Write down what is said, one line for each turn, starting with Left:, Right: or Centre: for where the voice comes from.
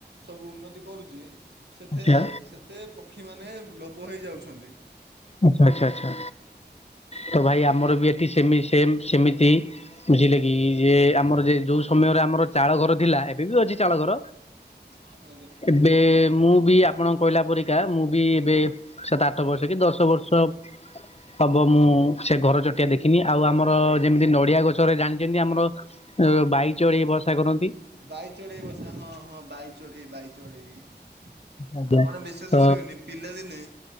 Right: ସବୁ ଉନ୍ନତି କରୁଛି ସେଥିରେ
Left: ଆଚ୍ଛା
Right: ସେତେ ପକ୍ଷୀମାନେ ଲୋପ ହେଇ ଯାଉଛନ୍ତି।
Left: ଆଚ୍ଛା ଆଚ୍ଛା ଆଚ୍ଛା ତ ଭାଇ ଆମର ବି ଏଠି ସେମି ସେମ୍ ସେମିତି ବୁଝିଲେ କି ଯେ ଆମର ଯେ ଯୋଉ ସମୟରେ ଆମର ଚାଳ ଘର ଥିଲା ଏବେ ବି ଅଛି ଚାଳ ଘର
Right: ଆ କହିଲେ <unintelligible>
Left: ଏବେ ମୁଁ ବି ଆପଣଙ୍କ କହିଲା ପରିକା ମୁଁ ବି ଏବେ ସାତ ଆଠ ବର୍ଷ କି ଦଶ ବର୍ଷ ହବ ମୁଁ ସେ ଘର ଚଟିଆ ଦେଖିନି ଆଉ ଆମର ଯେମିତି ନଡ଼ିଆ ଗଛରେ ଜାଣିଛନ୍ତି ଆମର ବାଇଚଢ଼େଇ ବ ବସା କରନ୍ତି
Right: ବାଇ ଚଢ଼େଇ ବସା ହଁ ହଁ ବାଇ ଚଢ଼େଇ ବାଇ ଚଢ଼େଇ। ଆପଣ
Left: ଆଜ୍ଞା
Right: ବିଶ୍ୱାସ
Left: ତ
Right: କରିବେନି ପିଲାଦିନେ